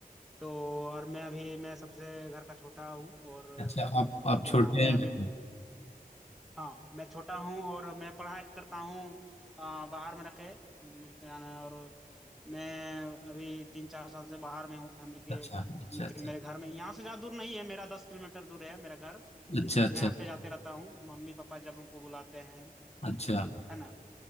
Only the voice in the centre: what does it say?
तो और मैं अभी मैं सबसे घर का छोटा हूँ और
अ,
मैं
अभी हाँ मैं छोटा हूँ और मैं पढ़ाई करता हूँ अ, बाहर में रखे अम, यानी और मैं अभी तीन चार साल से बाहर में हूँ फैमिली के
अम,
लेकिन
मेरे घर में यहाँ से ज़्यादा दूर नहीं है मेरा दस किलोमीटर दूर है मेरा घर
तो मैं आते जाते रहता हूँ मम्मी पापा जब हमको बुलाते हैं
है ना